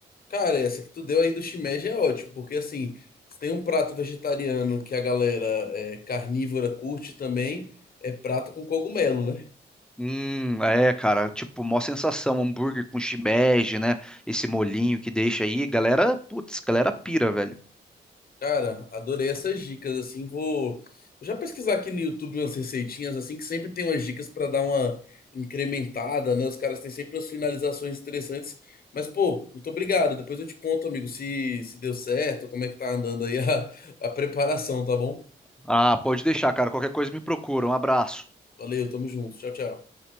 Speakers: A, on the left (about 45°); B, in the centre.
A: Cara, essa que tu deu aí do shimeji é ótimo, porque assim, se tem um prato vegetariano que a galera é, carnívora curte também, é prato com cogumelo, né?
B: Hum, é, cara, tipo, mó sensação, hambúrguer com shimeji, né? Esse molinho que deixa aí, galera, putz, galera pira, velho.
A: Cara, adorei essas dicas, assim, vou vou já pesquisar aqui no YouTube umas receitinhas, assim, que sempre tem umas dicas pra dar uma incrementada, né? Os caras têm sempre umas finalizações interessantes, mas pô, muito obrigado, depois eu te conto, amigo, se, se deu certo, como é que tá andando aí a, a preparação, tá bom?
B: Ah, pode deixar, cara, qualquer coisa me procura. Um abraço.
A: Valeu, tamo junto, tchau, tchau.